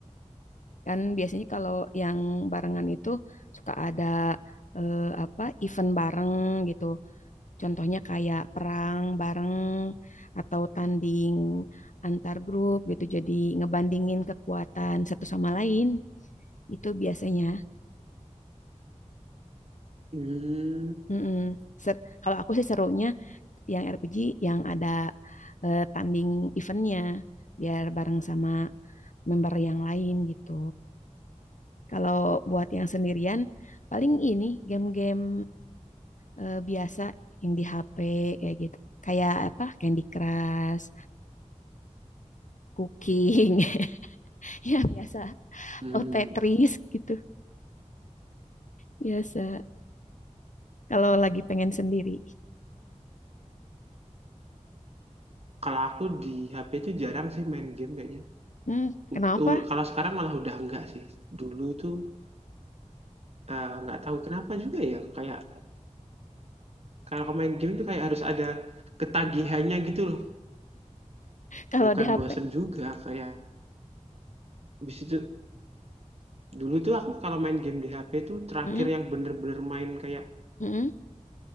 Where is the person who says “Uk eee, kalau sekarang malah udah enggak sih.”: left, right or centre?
Right